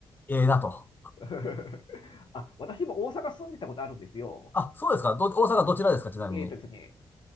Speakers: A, on the left (about 20°); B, on the left (about 45°).
A: ええなと。
B: <laughs> あ、私も大阪住んでたことあるんですよ。
A: あ、そうですか。ど、大阪どちらですか、ちなみに。
B: えっとですね、